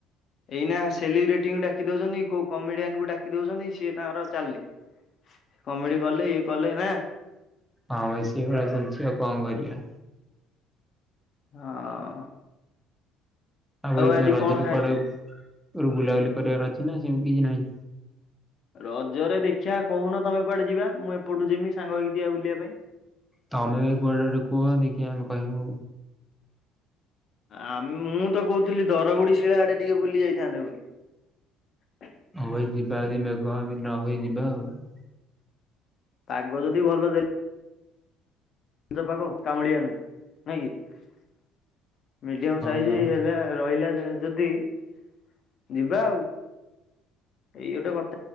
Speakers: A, on the left; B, in the centre.
A: ଏଇନା ସେଲିବ୍ରିଟିଙ୍କୁ ଡାକି ଦଉଛନ୍ତି। କୋଉ କମେଡିଆନଙ୍କୁ ଡାକି ଦଉଛନ୍ତି। ସିଏ ତାଙ୍କର ଚାଲିଲେ କମେଡି କଲେ ଇଏ କଲେ ନା
B: ହଁ ଭାଇ ସେଇ ଭଳିଆ ଚାଲିଛି ଆଉ କଣ କରିବା।
A: ହଁ। <inaudible>
B: ଆଉ ଭାଇ ତମେ
A: ଆଜି
B: ରଜ
A: କଣ
B: ରେ
A: ଖାଇ
B: କୁଆଡେ କୁଆଡେ ବୁଲାବୁଲି କରିବାର ଅଛି ନା ସେମିତି କିଛି ନାହିଁ।
A: ରଜରେ ଦେଖିଆ କହୁନ ତମେ କୁଆଡେ ଯିବା। ମୁଁ ଏପଟୁ ଯିମି ସାଙ୍ଗ ହେଇକି ଯିବା ବୁଲିବା ପାଇଁ।
B: ତମେ ଏ କୁଆଡେ ଗଡେ କୁହ ଦେଖି ଆମେ କହିମି।
A: ଆମେ ମୁଁ ତ କହୁଥିଲି ଦରଗୁଡି ଶିଳା ଆଡେ ଟିକେ ବୁଲି ଯାଇଥାନ୍ତେ ବୋଲି। <inaudible>
B: ହ ଯିବା ଆଦେ <unintelligible>
A: ପାଗ ଯଦି ଭଲ ଦେ ରଜ ପାଗ କାଉଁଳିଆ ନୁହେଁ ନାଇଁ କି? <inaudible> ମିଡିୟମ ସାଇଜ
B: ହଁ ଭାଇ ହଁ
A: ହେଲା ରହିଲା। ଯଦି <inaudible> ଯିବା ଆଉ ଏଇ ଗୋଟେ କ